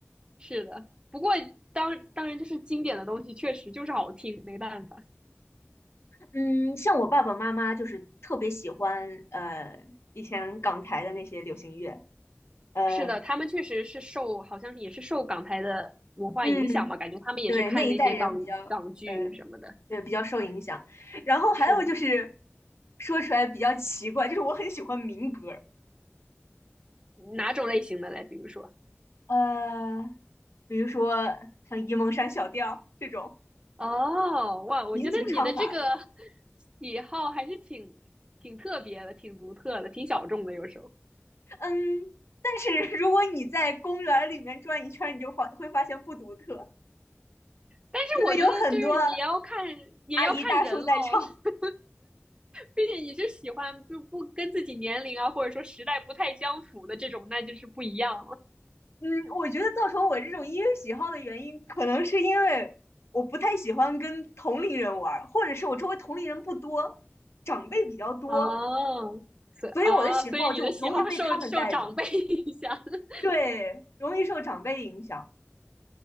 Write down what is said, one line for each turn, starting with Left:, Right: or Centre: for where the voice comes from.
Right: 是的。不过当当然就是经典的东西，确实就是好听，没办法。
Left: 嗯，像我爸爸妈妈就是特别喜欢呃以前港台的那些流行乐，呃，
Right: 是的，他们确实是受，好像也是受港台的文化影响吧，
Left: 嗯，
Right: 感觉他们也是看那些港港剧什么的。
Left: 对，那一代人比较呃对比较受影响。然后还有就是
Right: 是的，
Left: 说出来比较奇怪，就是我很喜欢民歌，
Right: 哪种类型的嘞？比如说，
Left: 呃，比如说像沂蒙山小调这种
Right: 哦，哇，我觉得你的这个
Left: 民族唱法这种。
Right: <laughs> 喜好还是挺挺特别的，挺独特的，挺小众的，有时候。
Left: 嗯，但是如果你在公园里面转一圈，你就发会发现不独特，
Right: 但是我觉得就是你要看，
Left: 因为有很多
Right: 也要看人喽。
Left: 阿姨大叔在唱。
Right: <laughs> 毕竟你是喜欢就不跟自己年龄啊，或者说时代不太相符的这种，那就是不一样了。
Left: 嗯，我觉得造成我这种音乐喜好的原因，可能是因为我不太喜欢跟同龄人玩或者是我周围同龄人不多，长辈比较多，
Right: 哦，所哦，
Left: 所以我的喜好就容易被他们带着，
Right: 所以你的喜好受受长辈影响。<laughs>
Left: 对，容易受长辈影响。